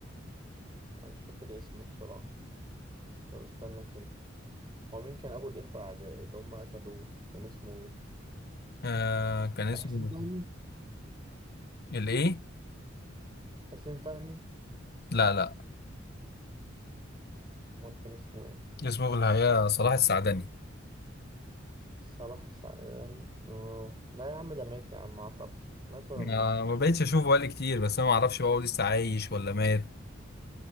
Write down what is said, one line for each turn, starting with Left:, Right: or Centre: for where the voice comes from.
Right: مش فاكر اسمه الصراحة طب استنى كده هو مين كان أبو الإخوة أعداء اللي هم قتلوه كان اسمه إيه؟
Left: آه، كان اسمه
Right: حسين فهمي
Left: الايه
Right: حسين فهمي
Left: لا لا
Right: أمال كان اسمه إيه؟
Left: اسمه في الحقيقة صلاح السعدني
Right: صلاح السعداني أوه لا يا عم ده مات يا عم أعتقد مات ولا
Left: ما
Right: ما ماتش؟
Left: ما بقتش اشوفه بقالي كتير بس انا ما اعرفش بقى هو لسه عايش ولا مات